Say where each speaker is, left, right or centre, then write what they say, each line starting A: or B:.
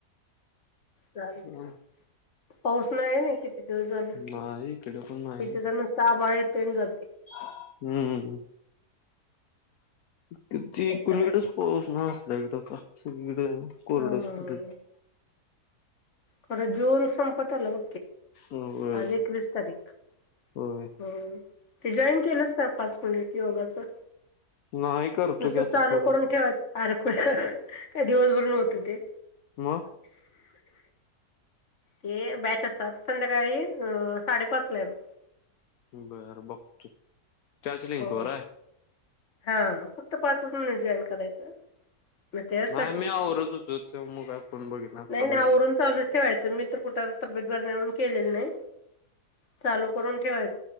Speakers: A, on the left; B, on the left.
A: चालत
B: हम
A: पाऊस नाहीय ना किती दिवस झालं
B: नाही इकडे पण नाही
A: इथे तर नुसत आभाळ येत जाते
B: हम्म किती
A: काय
B: कोणीकडेच
A: करायचं
B: पाऊस ना आपल्या इकडेता सगळी कोरड
A: हम्म
B: हॉस्पिटल
A: खरं जून संपत आलाघ
B: होय
A: आज एकवीस तारीख
B: होय
A: हो ते जॉईन केलंस का पाच मिनिट योगाचं
B: नाही करतो
A: न
B: की
A: तर
B: आता
A: चालू
B: थोडं
A: करून ठेवायचं अरख काही दिवसभर नव्हतं ते
B: म
A: ते बॅच असतात संध्याकाळी अ साडेपाच ला आहे मग
B: बरं बघतो चचलिंग
A: हो
B: खर
A: हा फक्त पाचच मिनिट जॉईन करायचं म ते सर्टिफिकेट
B: नाही मी आवरत
A: मा
B: होतो ते मग काय फोन बघितला आत्ता
A: नाही नाही
B: बघितला
A: आवरवरून चालू ठेवायच मी कुठ तब ब के नाही चालू करून ठेवाय